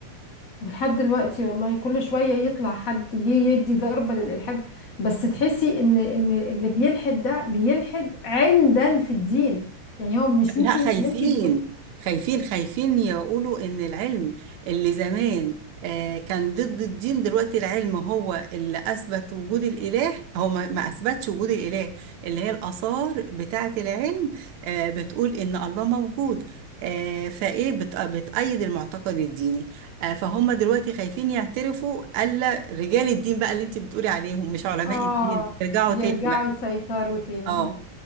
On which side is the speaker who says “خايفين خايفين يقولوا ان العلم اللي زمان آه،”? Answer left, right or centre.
Right